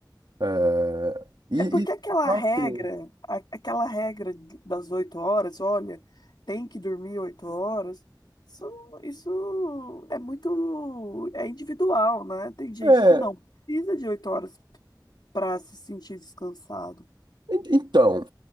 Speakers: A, on the right (about 80°); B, on the left (about 70°).
A: É, e,
B: É porque
A: e
B: aquela
A: tá
B: regra,
A: ok.
B: a- aquela regra das oito horas, olha, tem que dormir oito horas. Isso, isso é muito, é individual, né? Tem gente
A: É,
B: que não precisa de oito horas para se sentir descansado.
A: en- então,